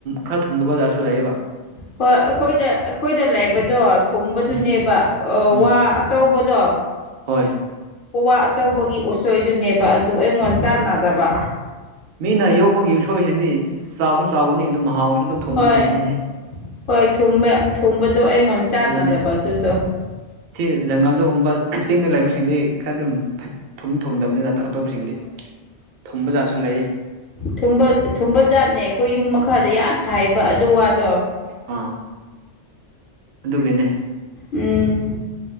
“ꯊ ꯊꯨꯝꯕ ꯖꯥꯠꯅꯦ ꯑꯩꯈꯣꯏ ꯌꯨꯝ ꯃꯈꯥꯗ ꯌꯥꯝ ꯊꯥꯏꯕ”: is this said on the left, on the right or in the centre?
Left